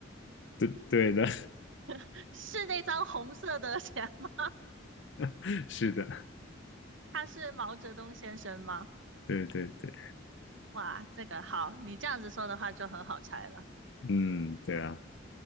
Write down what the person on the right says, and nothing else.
<laughs> 是那张红色的钱吗？
他是毛泽东先生吗？
哇，这个好，你这样子说的话就很好猜了。